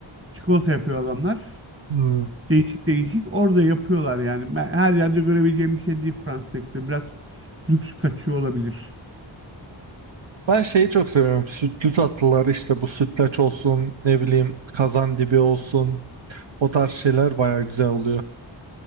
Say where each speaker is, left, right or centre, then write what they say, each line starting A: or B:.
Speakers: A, on the right; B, on the right.
A: çikolata yapıyor adamlar.
B: Hmm.
A: Değişik değişik. Orada yapıyorlar yani. Ben her yerde görebileceğim bir şey değil Fransız ekleri. Biraz lüks kaçıyor olabilir.
B: Ben şeyi çok seviyorum. Sütlü tatlılar işte bu sütlaç olsun ne bileyim kazandibi olsun. O tarz şeyler baya güzel oluyor.